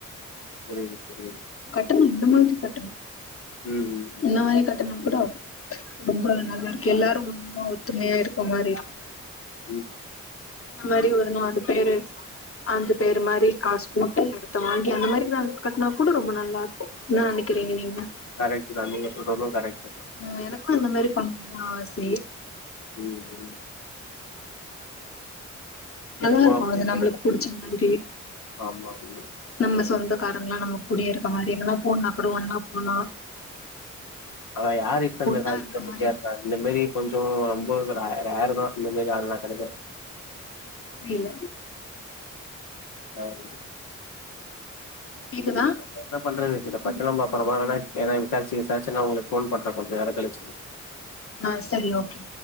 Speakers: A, on the left (about 75°); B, on the left (about 45°).
A: புரியுது, புரியுது.
B: கட்டனு இந்த மாரி கட்டனு
A: ம், ம்,
B: இந்த மாரி
A: ம்.
B: கட்டனா கூட ரொம்ப
A: ஆமா.
B: நல்லா இருக்கு எல்லாரு ஒன்னா ஒத்துமையா இருக்க மாரி இருக்கு
A: ம்
B: இந்த மாரி ஒரு நாலு பேரு அஞ்சு பேரு மாரி காசு போட்டு எடத்த வாங்கி அந்த மாரி நா கட்னா கூட ரொம்ப நல்லா இருக்கு என்னா நினைக்கிறீங்க நீங்க
A: கரெக்ட்டு தா நீங்க சொல்றது கரெக்ட் தா
B: ம் எனக்கு இந்த மாரி பண்ணனு ஆசே
A: ம் ம்
B: நல்லா
A: அப்போ
B: இருக்கு
A: அப்படி
B: அது நம்மளுக்கு
A: கூட
B: புடிச்ச மாதிரி
A: ஆமா, ஆமா.
B: நம்ம சொந்தக்காரங்களா நம்ம கூடியே இருக்க மாரி எங்கனா போணா கூட ஒன்னா போனா
A: அ யார் இப்ப அந்த
B: ஒன்னா
A: கால
B: இருக்க
A: ரெடியா
B: மாரி
A: இருப்பா இந்த மேரி கொஞ்ச ரொம்ப ர ரேர் தா இந்த மாரி ஆளால்லா கெடைக்க
B: புரியல
A: நா வந்து
B: கேக்குதா
A: <unintelligible> என்ன பண்றது இத பத்தி நம்ம அப்பறமா வேணா ஏன்னா விசாருச்சி விசாருச்சி நாமளுக்கு போன் பண்றே கொஞ்ச நேர கழிச்சி
B: ஆ சரி ஓகே